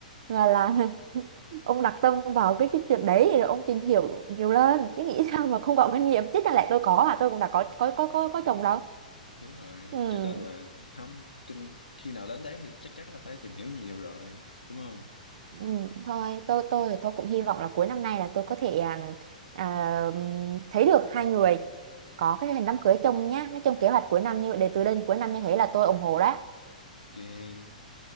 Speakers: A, on the right (about 50°); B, on the left (about 80°).
A: mà là ông đặt tâm vào cái cái chuyện đấy rồi ông tìm hiểu nhiều lên chứ nghĩ sao mà không có kinh nghiệm chứ chẳng lẽ tôi có à tôi cũng đã có có có có, có chồng đâu
B: đúng rồi
A: ừ
B: cho nên là không kinh khi nào đến đấy thì chắc chắn là phải tìm hiểu nhiều rồi đúng không
A: Ừ, thôi tôi tôi thì tôi cũng hy vọng là cuối năm nay là tôi có thể à, à, ừm, thấy được hai người có cái hình đám cưới chung nhá nói chung kế hoạch cuối năm như vậy để từ đây đến cuối năm như thế là tôi ủng hộ đó
B: ok